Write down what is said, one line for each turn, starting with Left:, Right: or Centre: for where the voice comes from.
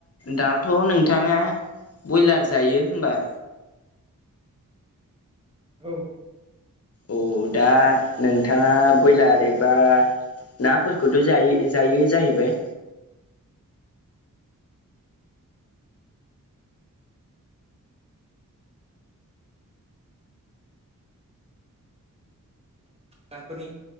Left: दाथ' नोंथाङा बयलार जायो होनोमबा
Right: औ औ
Left: औ दा नोंथाङा बयलार एबा नाफोरखौथ' जायो जायो जाहैबाय
Right: हाफोरनि